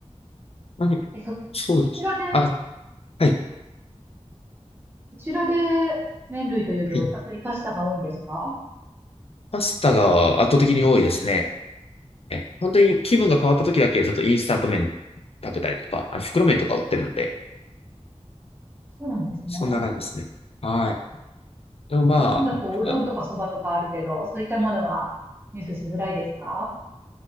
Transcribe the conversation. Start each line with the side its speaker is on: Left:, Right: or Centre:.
Left: 何、
Right: え、そ、
Left: そうです。
Right: そちらで、
Left: あ、はい、
Right: そちらで麺類というと、
Left: はい。
Right: やっぱりパスタが多いんですか
Left: パスタが圧倒的に多いですね。本当に気分が変わった時だけ、ちょっとインスタント麺食べたりとか、あの袋麺とか売ってるので、
Right: そうなんですね。
Left: そんな感じですね。はい。でもまあ、
Right: 日本だとうどんとかそばとかあるけど、
Left: あ
Right: そういったものは入手しづらいですか